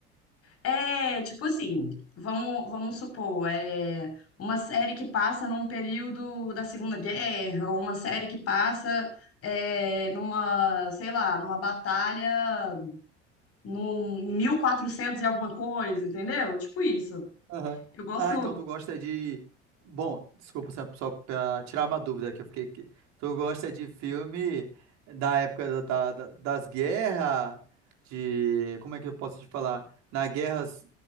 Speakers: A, on the left (about 40°); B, on the right (about 50°).
A: É, tipo assim, vamos, vamos supor, é uma série que passa num período da Segunda Guerra, ou uma série que passa é, numa, sei lá, numa batalha num, em 1400 e alguma coisa, entendeu? Tipo isso.
B: Aham.
A: Eu gosto,
B: Ah, então tu gosta de. Bom, desculpa, só só pra tirar uma dúvida que eu fiquei aqui. Tu gosta de filme da época da, da- das guerras, de. Como é que eu posso te falar? Na guerras.